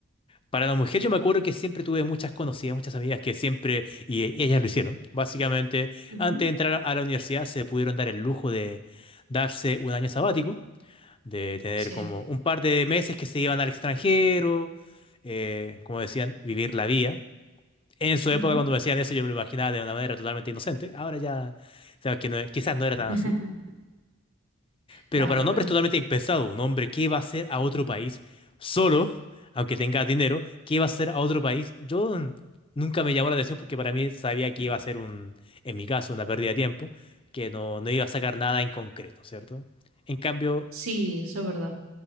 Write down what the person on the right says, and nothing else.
Ujú.
Sí.
Ujú.
<laughs>
Claro,
claro.
Sí, eso es verdad.